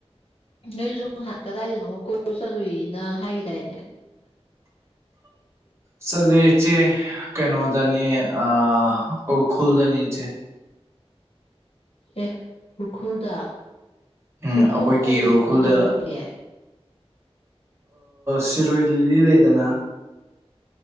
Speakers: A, on the left; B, on the right.
A: ꯅꯣꯏꯁꯨ ꯅꯍꯥꯟ ꯀꯗꯥꯏꯗꯅꯣ ꯀꯣꯏꯔꯨ ꯆꯠꯂꯨꯏꯅ ꯍꯥꯏꯒꯦꯗꯥꯏꯅꯦ <inaudible>
B: ꯆꯠꯂꯦ ꯏꯆꯦ ꯀꯩꯅꯣꯗꯅꯤ ꯑ ꯎꯈ꯭ꯔꯨꯜꯗꯅꯤ ꯏꯆꯦ
A: ꯑꯦ ꯎꯈ꯭ꯔꯨꯜꯗ
B: ꯎꯝ
A: ꯎꯈ꯭ꯔꯨꯜꯗ
B: ꯑꯩꯈꯣꯏꯒꯤ
A: ꯀꯔꯤ
B: ꯎꯔꯈꯨꯜꯗ
A: ꯌꯦꯡꯕ ꯑꯃ ꯂꯩꯒꯦ
B: ꯁꯤꯔꯣꯏ ꯂꯤꯂꯤ ꯂꯩꯗꯅ